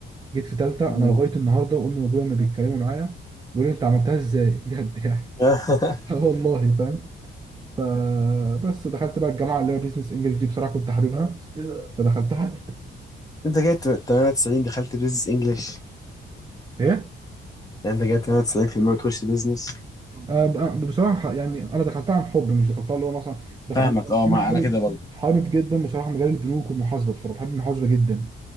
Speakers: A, on the right; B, on the left.
A: جيت في تالتة
B: مم.
A: انا لغاية النهاردة امي وابويا ما بيتكلموا معايا بيقولوا لي انت عملتها ازاي بجد يعني
B: <laughs>
A: <laughs> اه والله فاهم فبس دخلت بقى الجامعة اللي هي بيزنس انجلش دي بصراحة كنت حاببها فدخلتها
B: انت جايب 98 دخلت بيزنس انجلش
A: ايه
B: يعني انت جايب 98% وتخش بيزنس
A: آه بقى- بصراحة يعني انا دخلتها عن حب مش دخلتها اللي هو مثلا دخل...
B: فاهمك اه
A: انا
B: ما
A: حابب
B: انا كده برضه
A: حابب جدا بصراحة مجال البنوك والمحاسبة بصراحة بحب المحاسبة جدا